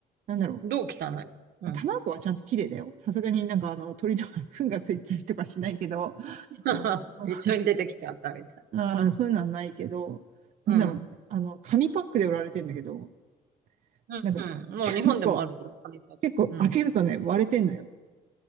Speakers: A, on the right; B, on the right.
A: なんだろう。
B: どう汚いのうん。
A: まあ卵はちゃんと綺麗だよ。さすがになんかあの鳥の <laughs> 糞がついたりとかしないけど、
B: <laughs>
A: あの、<laughs>
B: 一緒に出てきちゃったみたい。
A: あそういうのはないけど、なんだろうね。
B: うん。
A: あの、紙パックで売られてんだけど、
B: うん。
A: なんか結構、
B: うんもう日本でもあるよ。割とうん。
A: 結構開けるとね、割れてんのよ。